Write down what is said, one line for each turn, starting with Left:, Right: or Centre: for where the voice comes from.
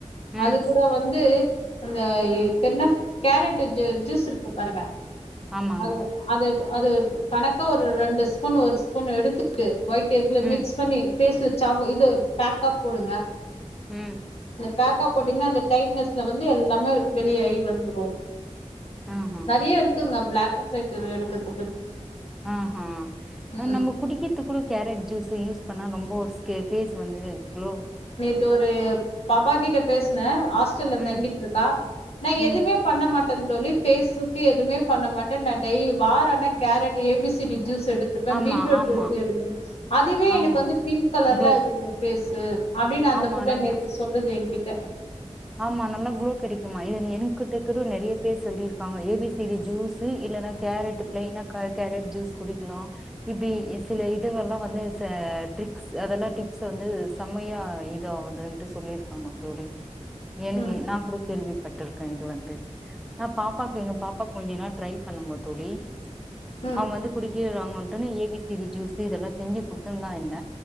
Centre: ம்
Left: அது கூட வந்து அந்த இப்ப என்ன கேரட்டு ஜே ஜூஸு இருக்கு பாருங்க
Centre: ஆமாங்க
Left: அது அது அது கணக்கா ஒரு ரெண்டு ஸ்பூனு ஒரு ஸ்பூனு எடுத்துட்டு ஒயிட் எங்குல
Centre: ம்
Left: மிக்ஸ் பண்ணி பேஸ்ல சாக்கோ இது பேக்கப் போடுங்க
Centre: உம்
Left: பேக்கப் போட்டீங்கன்னா அந்த டைட்னஸ்ல வந்து எல்லாமே வெளியாயி வந்துரும்
Centre: ஆஹா
Left: நெறைய இருக்குங்க பிளாக் <unintelligible> ஒயிட் எடுக்கறதுக்கு
Centre: அ ஆ
Left: ம்
Centre: நம்ம குடிக்கீத்துக்கு கூட கேரட் ஜூஸ்யூஸ் பன்னா ரொம்பஸ்கர்பேஸ் வந்து குளோ
Left: து ஒரு பாப்பா கிட்ட பேசன ஹாஸ்டல்ல
Centre: ம்
Left: தங்கிட்டு இருக்கா நா எதுவுமே
Centre: ம்
Left: பண்ண மாட் <unintelligible> தோழி பேசஸ்க்கு எதுவுமே பண்ண மாட்டே நா டெய் வாரான கேரட் ஏபிசிடி ஜூஸ் எடுத்துப்பே
Centre: ஆமா
Left: பீட்ரூட்
Centre: ஆமா
Left: ஜூஸ் எடுத்து அதுவே எனக்கு
Centre: ஆமா
Left: வந்து பிங்க் கலர்லா
Centre: க்ளோ
Left: இருக்குது என் ஃபேஸ் து அப்படின்னு அந்த
Centre: ஆமா
Left: புள்ள
Centre: நல்லா
Left: நேத்து சொல்லுது எ கிட் த
Centre: ஆமா நல்லா குளோ கிடைக்குமா இது என்கிட்டகூட நெறைய பேர் சொல்லியிருப்பாங்க ஏபிசிரி ஜூஸ் இல்லைன்னா கேரட் பிளைனா க கேரட் ஜூஸ் குடிக்கலா இப்படி சில இது எல்லா வந்து ச ட்ரிக்ஸ் அதெல்லா டிப்ஸ் வந்து செம்மையா இது ஆகுதுன்ட்டு சொல்லியிருப்பாங்க தோழி எனங்க
Left: ம்
Centre: நா கூட கேள்விப்பட்டுருக் கழண்டு வந்து ந பாப்பாக்கு எங்க பாப்பா கொஞ்ச நாள் ட்ரை பண்ணுங்க தோழி
Left: ம்
Centre: அவங்க வந்து குடிக்கிவேண்ணா நானு ஏபிசி ஜூஸ் இது எல்லா செஞ்சு குடுத்து இருந்த என்ன